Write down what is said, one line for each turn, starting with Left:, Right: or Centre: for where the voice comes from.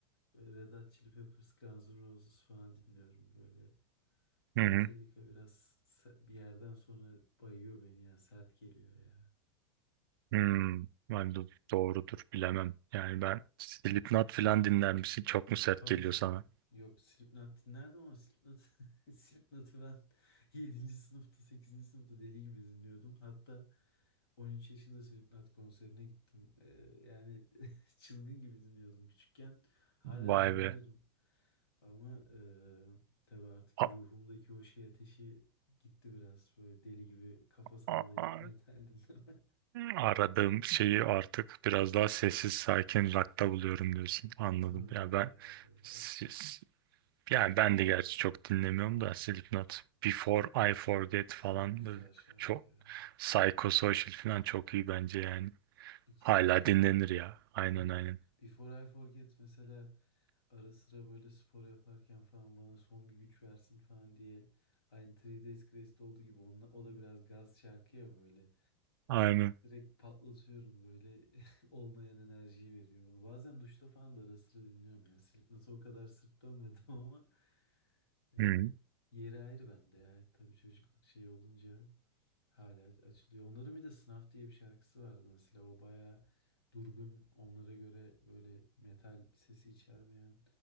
Left: böyle Red Hot Chili Peppers, Guns N' Roses falan dinliyorum böyle.
Right: Hı hı.
Left: Metallica biraz se- bir yerden sonra bayıyor beni ya. Sert geliyor ya.
Right: Hmm. Ben de doğrudur bilemem. Yani ben Slipknot falan dinler misin? Çok mu sert
Left: Tabii
Right: geliyor
Left: canım.
Right: sana?
Left: Yok Slipknot dinlerdim ama Slipknot, <laughs> Slipknot'u ben <laughs> yedinci sınıfta sekizinci sınıfta deli gibi dinliyordum. Hatta 13 yaşında Slipknot konserine gittim. Ee, yani <laughs> çılgın gibi dinliyordum küçükken. Hala
Right: Vay
Left: da dinlerim.
Right: be.
Left: Ama e, tabii artık
Right: A-
Left: ruhumdaki o şey ateşi gitti biraz. Böyle deli gibi kafa sallayıp
Right: a- a-
Left: metal dinleme.
Right: Aradığım şeyi artık biraz daha sessiz sakin rock'ta buluyorum diyorsun.
Left: <laughs>
Right: Anladım.
Left: Tabii
Right: Ya
Left: abi
Right: ben
Left: ya böyle
Right: si,
Left: akustik.
Right: si, Yani ben de gerçi çok dinlemiyorum da Slipknot, Before I Forget falan
Left: Çok güzel
Right: böyle
Left: şarkı
Right: çok
Left: ya.
Right: psychosocial falan çok iyi bence yani.
Left: İkisi
Right: Hala
Left: de çok
Right: dinlenir
Left: güzel.
Right: ya. Aynen
Left: Tabii.
Right: aynen.
Left: Before I Forget mesela ara sıra böyle spor yaparken falan bana son bir güç versin falan diye aynı Three Days Grace'de olduğu gibi onunla, o da biraz gaz şarkı ya böyle.
Right: Aynen.
Left: Direkt patlatıyorum böyle <laughs> olmayan enerjiyi veriyor bana. Bazen duşta falan da ara sıra dinliyorum ya. Slipknot'a o kadar sırt dönmedim <laughs> ama yani
Right: Hı.
Left: yeri ayrı bende ya. Tabii çocukluk şey olunca Hala aç- açılıyor. Onların bir de Sınav diye bir şarkısı vardı mesela. O baya durgun, onlara göre böyle metal sesi içermeyen